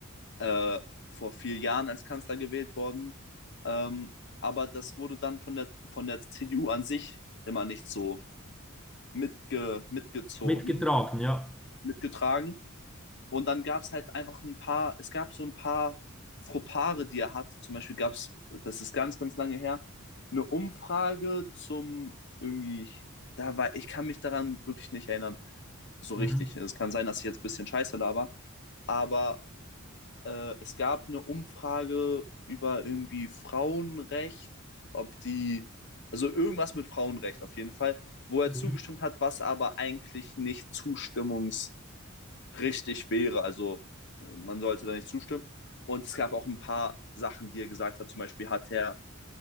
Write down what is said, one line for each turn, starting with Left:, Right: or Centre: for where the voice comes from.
Left: äh, vor vier Jahren als Kanzler gewählt worden. Ähm, aber das wurde dann von der, von der CDU an sich immer nicht so mitge, mitgezogen.
Centre: mitgetragen, ja.
Left: mitgetragen. Und dann gab es halt einfach ein paar, es gab so ein paar Fropare, die er hat. Zum Beispiel gab es, das ist ganz, ganz lange her, eine Umfrage zum irgendwie, da war, ich kann mich daran wirklich nicht erinnern, so
Centre: Mhm.
Left: richtig. Es kann sein, dass ich jetzt ein bisschen Scheiße laber, aber äh, es gab eine Umfrage über irgendwie Frauenrecht, ob die, also irgendwas mit Frauenrecht auf jeden Fall, wo er
Centre: Mhm.
Left: zugestimmt hat, was aber eigentlich nicht zustimmungs richtig wäre. Also äh, man sollte da nicht zustimmen. Und es gab auch ein paar Sachen, die er gesagt hat. Zum Beispiel hat er